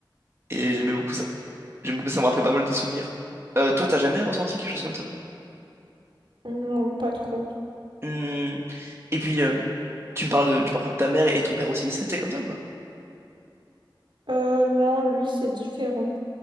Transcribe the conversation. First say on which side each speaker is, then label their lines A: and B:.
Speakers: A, on the right; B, on the right.
A: Et j'aimais beaucoup ça. J'aimais beaucoup ça, ça me rappelait pas mal de souvenirs. Euh, toi, t'as jamais ressenti quelque chose comme ça?
B: Non, pas trop.
A: Hmm. Et puis, euh, tu me parles de- du parfum de ta mère et ton père aussi, c'était comme ça ou pas?
B: Euh, non, lui, c'est différent.